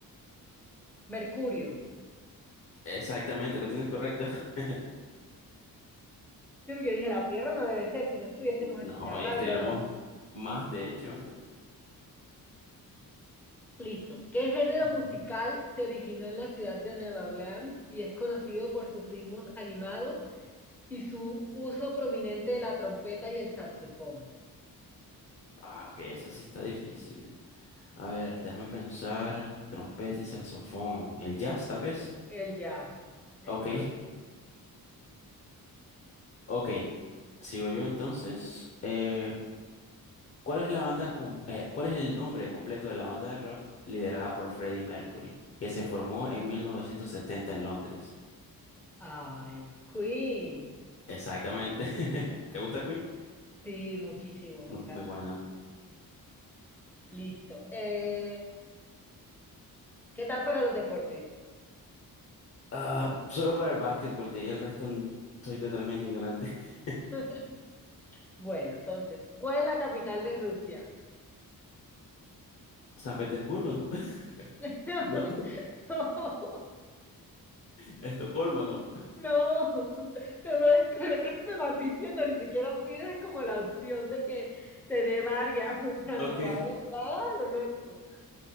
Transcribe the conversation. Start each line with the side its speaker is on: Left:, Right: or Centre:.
Centre: Mercurio.
Left: Exactamente, lo tienes
Centre: <laughs>
Left: correcto. <laughs>
Centre: Yo que dije, la Tierra no debe ser, si no estuviésemos achicharrándonos.
Left: No, ya estuviéramos más, de hecho.
Centre: Listo. ¿Qué género
Left: Ok.
Centre: musical se originó en la ciudad de Nueva Orleans y es conocido por sus ritmos animados y su uso prominente de la trompeta y el saxofón?
Left: Ah, ok, esa sí está difícil. A ver, déjame pensar. Trompeta y saxofón. El jazz, tal vez.
Centre: El jazz. Sí,
Left: Ok,
Centre: Señor.
Left: <laughs> ok. Sigo yo entonces. Eh, ¿cuál es la banda com- eh, cuál es el nombre completo de la banda de rock liderada por Freddie Mercury, que se formó en 1970 en Londres?
Centre: Ay, Queen.
Left: Exactamente. <laughs> ¿Te gusta Queen?
Centre: Sí, muchísimo, me
Left: Mu-
Centre: encanta.
Left: Muy, bueno.
Centre: Listo. Eh, ¿qué tal para los deportes?
Left: Ah, solo para el básquetbol, de ahí el resto n- soy totalmente ignorante. <laughs>
Centre: <laughs> Bueno, entonces, ¿cuál es la capital de Rusia?
Left: San Petersburgo, ¿no? <laughs>
Centre: <laughs>
Left: No.
Centre: No, no,
Left: Estocolmo, ¿no.
Centre: no, no, pero es que tú me vas diciendo, ni siquiera pides como la opción de que te dé varias, <laughs> o sea,
Left: Ok.
Centre: no va, va a lo loco.